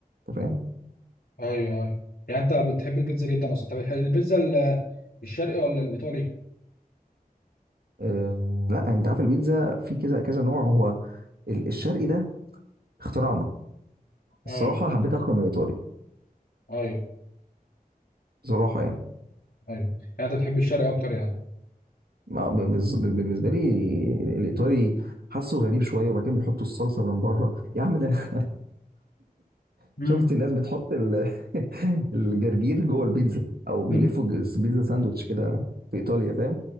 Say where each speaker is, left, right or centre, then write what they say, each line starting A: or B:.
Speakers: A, on the right (about 80°); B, on the left (about 70°).
A: انت فاهم
B: ايوه ايوه يعني انت بتحب البيتزا جدا اصلا طب بتحب البيتزا ال- الشرقي ولا الايطالي
A: أم، لا انت عارف البيتزا في كذا كذا نوع هو ال- الشرقي ده اختراعنا
B: ايوه
A: الصراحه حبيت اكتر من الايطالي
B: ايوه
A: بصراحه يعني
B: ايوه يعني انت بتحب الشرقي اكتر يعني
A: ما- ب- بز- بالنسبه لي الايطالي حاسه غريب شويه وبعدين بيحطوا الصلصه من بره يا عم ده انا <laughs>
B: امم
A: شفت الناس بتحط ال- <laughs> الجرجير جوه البيتزا او بيلفوا
B: <laughs>
A: الج- البيتزا ساندوتش كده في ايطاليا فاهم